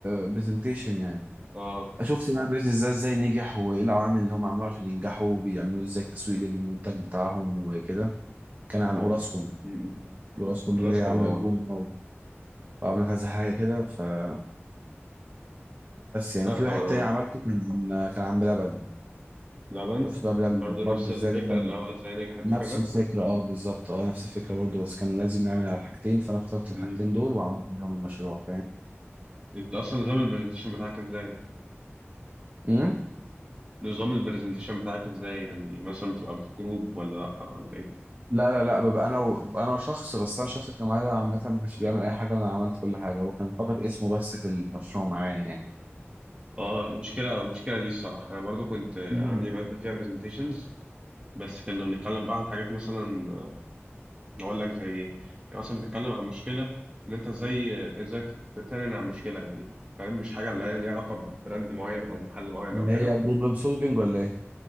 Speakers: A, on the right (about 35°); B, on the right (about 20°).
A: برزنتيشن يعني
B: اه
A: شفت بقى بيز ازاي ازاي نجح وايه العوامل اللي هم عملوها عشان ينجحوا وبيعملوا ازاي تسويق للمنتج بتاعهم وكده كان عن
B: معاك
A: اوراسكوم
B: امم
A: اوراسكوم دي
B: راسكم
A: اللي هي عامله
B: اه
A: الجون وعامله كذا حاجه كده فبس يعني
B: اه
A: وفي
B: طبعا
A: واحد تاني
B: عارفها
A: عملته كان عن كان عن بلبن
B: لبن
A: شفت بقى بلبن
B: برضه
A: برضه
B: نفس الفكره
A: ازاي بلبن
B: اللي هو ازاي نجحت
A: نفس
B: وكده
A: الفكره اه بالظبط اه نفس الفكره برضه بس كان لازم نعمل على حاجتين فانا اخترت
B: مم.
A: الحاجتين دول وعملت بيهم المشروع
B: انت اصلا نظام البرزنتيشن بتاعك ازاي
A: فاهم
B: نظام البرزنتيشن بتاعك ازاي يعني مثلا بتبقى في جروب ولا لا ولا ايه
A: لا لا لا ببقى انا و... انا وشخص بس انا الشخص اللي كان معايا ده عامه ما كانش بيعمل اي حاجه انا عملت كل حاجه هو كان فقط اسمه بس في المشروع معايا يعني
B: اه مشكلة مشكلة دي الصراحة أنا برضو كنت عندي
A: مم.
B: مادة فيها presentations بس كنا بنتكلم بقى عن حاجات مثلا أقول لك زي إيه يعني مثلا بتتكلم عن مشكلة إن أنت إزاي إزاي تعلن عن مشكلة يعني فاهم مش حاجة اللي هي ليها علاقة ببراند معين أو محل معين
A: اللي
B: أو كده
A: هي بروبلم سولفنج ولا ايه